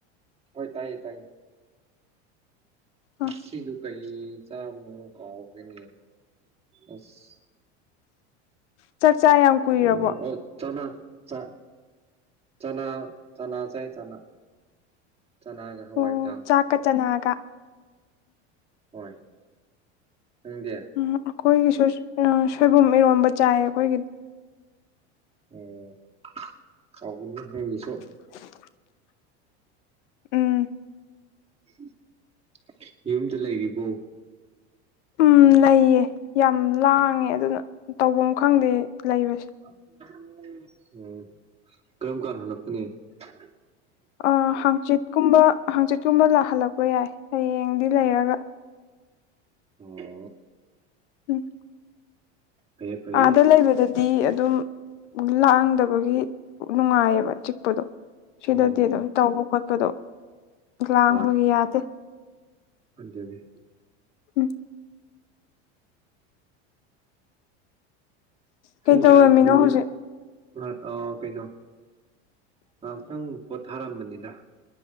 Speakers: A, on the right (about 15°); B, on the left (about 80°).
A: ꯍꯣꯏ ꯇꯥꯏꯌꯦ ꯇꯥꯏꯌꯦ ꯉꯁꯤꯗꯨ
B: ꯑꯥ
A: ꯀꯩ ꯆꯥꯕꯅꯣ ꯀꯥꯎꯈꯔꯦꯅꯦ ꯑꯁ
B: ꯆꯥꯛꯆꯥ ꯌꯥꯝ ꯀꯨꯏꯔꯕꯣ
A: ꯀꯩꯅꯣ ꯑꯣ ꯆꯅꯥ ꯆꯥ ꯆꯅꯥ ꯆꯅꯥ ꯆꯥꯏ ꯆꯅꯥ ꯆꯅꯥꯒ ꯍꯋꯥꯏꯗꯥꯜ
B: ꯑꯣ ꯆꯥꯛꯀ ꯆꯅꯥꯒ
A: ꯍꯣꯏ ꯅꯪꯗꯤ
B: ꯎꯝ ꯑꯩꯈꯣꯏꯒꯤꯁꯨ ꯑꯥ ꯁꯣꯏꯕꯨꯝ ꯏꯔꯣꯝꯕ ꯆꯥꯏ ꯑꯩꯈꯣꯏꯒꯤ
A: ꯑꯣ ꯍꯥꯎꯕꯅꯤ ꯅꯣꯏꯒꯤꯁꯨ
B: <unintelligible> ꯎꯝ
A: <unintelligible> ꯌꯨꯝꯗ ꯂꯩꯔꯤꯕꯣ
B: ꯎꯝ ꯂꯩꯌꯦ ꯌꯥꯝ ꯂꯥꯡꯉꯦ ꯑꯗꯨꯅ ꯇꯧꯕꯝ ꯈꯪꯗꯦ ꯂꯩꯕꯁꯦ
A: <unintelligible> ꯀꯔꯝ ꯀꯥꯟ ꯍꯂꯛꯀꯅꯤ <unintelligible>
B: ꯑ ꯍꯥꯡꯆꯤꯠꯀꯨꯝꯕ ꯍꯥꯡꯆꯤꯠꯀꯨꯝꯕ ꯂꯥꯛꯍꯜꯂꯛꯄ ꯌꯥꯏ ꯍꯌꯦꯡꯗꯤ ꯂꯩꯔꯒ
A: ꯑꯣ
B: <unintelligible>
A: ꯐꯩꯌꯦ ꯐꯩꯌꯦ
B: ꯑꯥꯗ ꯂꯩꯕꯗꯗꯤ ꯑꯗꯨꯝ ꯂꯥꯛꯗꯕꯒꯤ ꯅꯨꯡꯉꯥꯏꯌꯦꯕ ꯆꯤꯛꯄꯗꯣ ꯁꯤꯗꯗꯤ
A: ꯑꯣ
B: ꯑꯗꯨꯝ ꯇꯧꯕ ꯈꯣꯠꯄꯗꯣ ꯂꯥꯡꯕꯒꯤ
A: ꯍꯣꯏ
B: ꯌꯥꯗꯦ
A: <unintelligible>
B: ꯎꯝ ꯀꯩꯗꯧꯔꯝꯃꯤꯅꯣ
A: ꯄꯨꯡ ꯀꯌꯥꯗ <unintelligible>
B: ꯍꯧꯖꯤꯛ
A: ꯑꯣ ꯀꯩꯅꯣ ꯉꯥꯛꯇꯪ ꯄꯣꯊꯥꯔꯝꯕꯅꯤꯗ